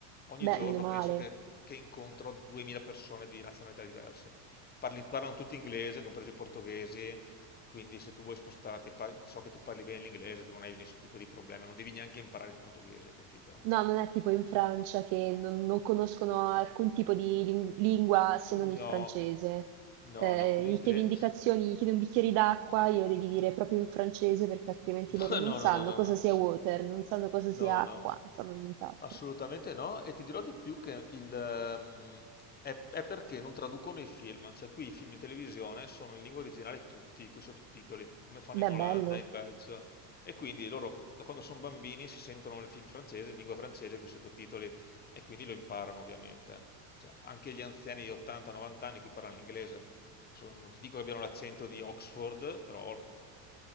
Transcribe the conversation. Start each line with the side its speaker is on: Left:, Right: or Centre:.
Left: ogni
Right: beh,
Left: giorno
Right: meno male.
Left: penso che, che incontro 2000 persone di nazionalità diverse. Parli- parlano tutti inglese, compresi i portoghesi. Quindi se tu vuoi spostarti, parli- so che tu parli bene l'inglese, tu non hai nessun tipo di problema, non devi neanche imparare il portoghese, capito?
Right: No, non è tipo in Francia che non, non conoscono alcun tipo di lin- lingua se non il
Left: No,
Right: francese.
Left: No,
Right: Eh,
Left: no, qui
Right: gli
Left: l'inglese...
Right: chiedi indicazioni, gli chiedi un bicchiere d'acqua, glielo devi dire proprio in francese perché altrimenti
Left: <laughs>
Right: loro
Left: No,
Right: non
Left: no,
Right: sanno
Left: no, no, no,
Right: cosa
Left: no.
Right: sia water, non sanno cosa
Left: No,
Right: sia acqua,
Left: no,
Right: non sanno nient'altro.
Left: assolutamente no. E ti dirò di più che il, ehm, è, è perché non traducono i film. Cioè, qui i film in televisione sono in lingua originale tutti, con i sottotitoli, come fanno
Right: Beh,
Left: in Olanda,
Right: bello,
Left: in Belgio. E quindi loro, da quando sono bambini, si sentono il film francese, in lingua francese, con i sottotitoli, e quindi lo imparano, ovviamente. Cioè, anche gli anziani di 80-90 anni qui parlano l'inglese. Adesso Non ti dico che abbiano l'accento di Oxford, però